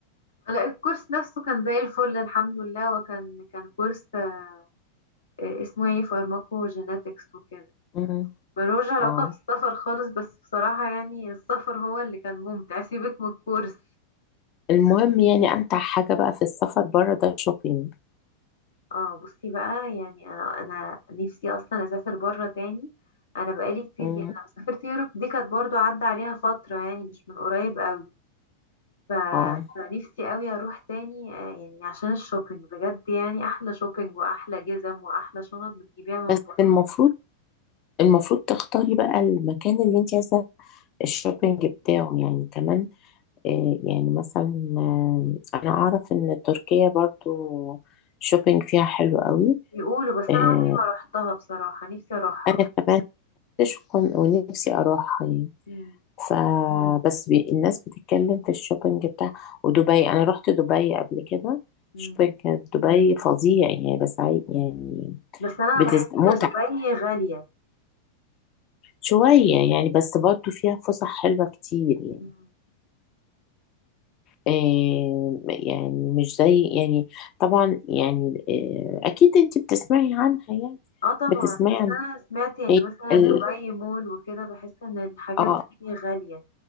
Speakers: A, on the left; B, on the left.
A: لا الكورس نفسه كان زي الفل الحمد لله وكان كان كورس آه، اسمه يعني فارماكو جيناتكس وكده
B: أمم،
A: ملوش علاقه
B: اه
A: بالسفر خالص بس بصراحه يعني السفر هو اللي كان ممتع <laughs> سيبك من الكورس
B: المهم يعني امتع حاجه بقى في السفر بره ده الشوبينج
A: اه بصي بقى يعني انا انا نفسي اصلا اسافر بره تاني انا بقالي كتير
B: مم،
A: يعني لما سافرت يوروب دي كانت برضو عدى عليها فترة يعني مش من قريب قوي ف...
B: اه
A: فنفسي قوي اروح تاني آه، يعني عشان الشوبينج بجد يعني احلى شوبينج واحلى جزم واحلى شنط بتجيبيها من
B: بس
A: بره
B: المفروض المفروض تختاري بقى المكان اللي انت عايزه الشوبينج بتاعه يعني كمان آه يعني مثلا آه انا اعرف ان تركيا برضو شوبينج فيها حلو قوي
A: يقولوا بس
B: آه
A: انا عمري ما روحتها بصراحة نفسي اروحها
B: كمان نفسي أكون- ونفسي اروحها يعني
A: مم.
B: فبس الناس بتتكلم في الشوبينج بتاع ودبي انا رحت دبي قبل كده
A: مم.
B: شوبينج كانت دبي فظيع يعني بس عاي- يعني
A: بس انا
B: بتز...
A: بحس
B: متعة
A: ان دبي غالية
B: شوية يعني بس برضه فيها فسح حلوة كتير يعني
A: مم.
B: آه يعني مش زي يعني طبعا يعني آه أكيد أنت بتسمعي عنها يعني
A: اه طبعا
B: بتسمعي
A: بس
B: عن
A: انا سمعت يعني
B: هي
A: مثلا
B: ال...
A: دبي مول وكده بحس ان الحاجات
B: <laughs> آه
A: دي غالية